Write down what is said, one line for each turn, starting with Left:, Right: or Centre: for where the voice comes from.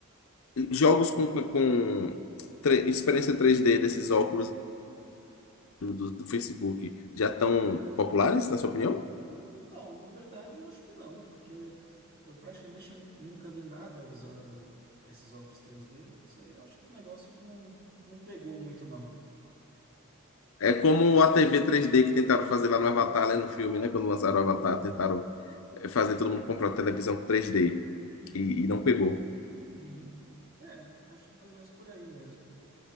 Left: E Jogos com, com tre- experiência 3D desses óculos do, do do Facebook já estão populares, na sua opinião?
Right: Então, na verdade, eu acho que não, porque eu praticamente nun- nunca vi nada usando esses óculos 3D. Isso aí eu acho que é um negócio que não, não pegou muito, não.
Left: É como a TV 3D que tentaram fazer lá no Avatar, né, no filme, né? Quando lançaram o Avatar, tentaram eh, fazer todo mundo comprar televisão 3D e, e não pegou.
Right: Uhum. É, acho que é mais ou menos por aí mesmo.